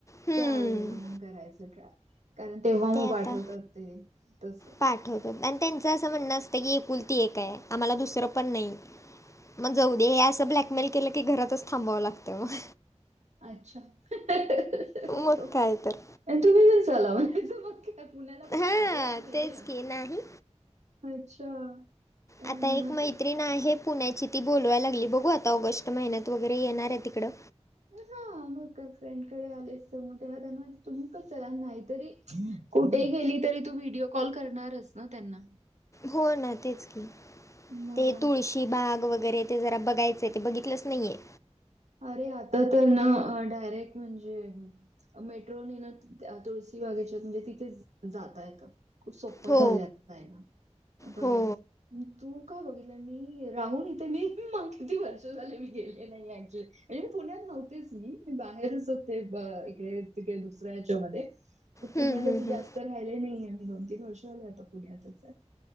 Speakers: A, on the left; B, on the right.
A: हम्म
B: त्या वेळेला मग करायचं ट्राय कारण तेव्हा
A: ते
B: मग पाठवतात
A: आता
B: ते तस.
A: पाठवतात आणि त्यांचं असं म्हणणं असतं की एक पुुलती एक आहे आम्हाला दुसरं पण नाही. मग जाऊ दे हे असं ब्लॅकमेल केलं की घरातच थांबावं लागतं मग.
B: अच्छा बरो
A: मग काय तर
B: तुम्ही जर ला म्हणाच. पुण्याला कोणी
A: हां
B: नातेवाईक नाहीये
A: तेच की नाही
B: अच्छा. काय
A: आता
B: म्हणत
A: एक मैत्री. नाही आहे पुण्याची ती बोोलवायला लागली बघू आता ऑगस्ट महिन्यात वगैरे येणार आहे तिकं.
B: हा मग फ्रेंड कडे आलेस तर मग तेव्हा त्यां म्ह तुमप चलाना नाही तरी. कुठे गेली तरी तू व्हिडिओ कॉल करणारस ना त्यांना.
A: हो ना तेच की
B: मग
A: ते तुळशी. की बाग वगैरे ते जरा बघायचंय ते बघितलंच नाहीये.
B: अरे आता तर ना डायरेक्ट म्हणजे. मेट्रो नेण तुळशीी बागेच्या म्हणजे तिथे जाता येतं. खूप सोप झाले
A: हो
B: आता जायला बरं
A: हो
B: आहे. तू काय बघितलंय मी राहून इथे मी मग किती वर्ष झाले मी गेले नाही अ. म्हणजे मी पुण्यात नव्हतेच मी मी बाहेरच होते इकडे तिकडे दुसऱ्याच्यामध्ये. पुण्यात
A: हम्म, हम्म,
B: असं
A: हम्म.
B: जास्त राहिले नाहीये मी दोन तीन वर्ष झाले आता पुण्यातच.